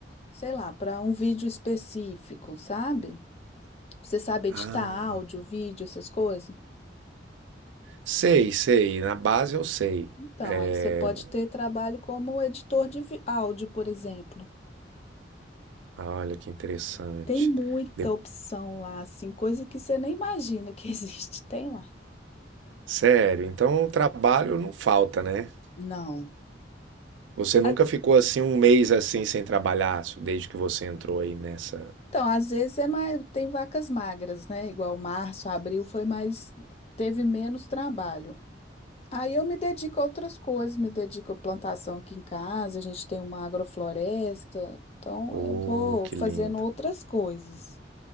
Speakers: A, on the left (about 35°); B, on the right (about 80°).
A: sei lá, para um vídeo específico, sabe? Você sabe editar
B: ah.
A: áudio, vídeo, essas coisas?
B: Sei, sei. Na base eu sei.
A: Então,
B: É...
A: aí você pode ter trabalho como editor de vi- áudio, por exemplo.
B: ah, Olha que interessante.
A: Tem muita
B: De-
A: opção lá, assim, coisa que você nem imagina que <laughs> existe, tem lá.
B: Sério, então o trabalho não falta, né?
A: Não.
B: Você nunca
A: A-
B: ficou assim um mês assim sem trabalhar, desde que você entrou aí nessa.
A: Então, às vezes é mais, tem vacas magras, né? Igual março, abril foi mais, teve menos trabalho. Aí eu me dedico a outras coisas, me dedico à plantação aqui em casa, a gente tem uma agrofloresta, então
B: Oh,
A: eu vou
B: que
A: fazendo
B: lindo.
A: outras coisas.